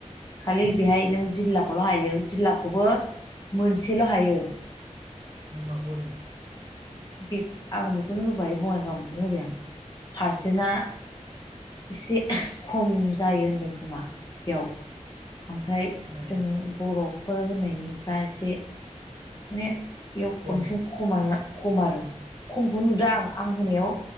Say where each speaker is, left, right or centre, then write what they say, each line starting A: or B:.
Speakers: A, on the left (about 35°); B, on the right (about 70°).
A: खालि
B: ए
A: बेहाय नों जिल्लाखौल' हायो जिल्ला खौबो मोनसेल' हायो।
B: नों माखौ होदों?
A: बेख आं बेखौनो होबाय बङाइगावखौनो होबाय आं पारसेन्टआ एसे खम जायो होनदों खोमा बेयाव ओमफ्राय
B: ए
A: जों बर'फोर होनायनि फ्रा से माने बेयाव
B: खम
A: बांसिन खमानो खम आरो खमखौ नुदों आं आं होनायाव